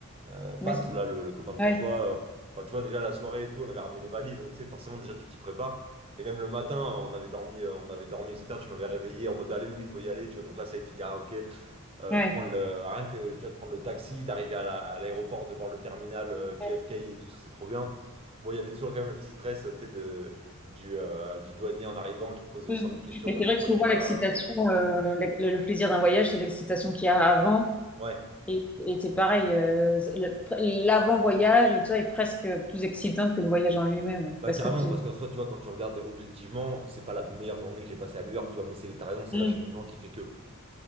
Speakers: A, on the right; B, in the centre.
A: euh, Pat,
B: Mais-
A: là le, le copain de François.
B: ouais,
A: euh, Enfin, tu vois, déjà la soirée et tout, on avait ramené les valises, donc tu sais, forcément, déjà tu t'y prépares. Et même le matin, on avait dormi, euh, on avait dormi, etc. Tu m'avais réveillé en mode, allez, Louis, faut y aller, tu vois. Donc là, ça y est, tu dis, ah, ok. Euh,
B: ouais.
A: prendre le, rien que tu vois, de prendre le taxi, d'arriver à la- à l'aéroport, de voir le terminal euh, JFK
B: ouais.
A: et tout ça, c'est trop bien. Bon, il y avait toujours quand même le petit stress, euh, tu sais, de, du, euh, du douanier en arrivant qui te pose
B: Mm.
A: cent mille questions
B: Mais
A: en mode
B: c'est vrai
A: pourquoi
B: que souvent
A: t'es là?
B: l'excitation, euh, le, le plaisir d'un voyage, c'est l'excitation qu'il y a avant.
A: Ouais,
B: Et, et c'est pareil, euh, c'est le- l'avant-voyage et tout ça est presque plus excitant que le voyage en lui-même. ouais.
A: bah
B: parce
A: carrément,
B: que tu...
A: parce qu'en soi, tu vois, quand tu regardes objectivement, c'est pas la meilleure journée que j'ai passée à New York, tu vois, mais c'est, t'as raison, c'est
B: Mm.
A: l'acheminement qui fait que.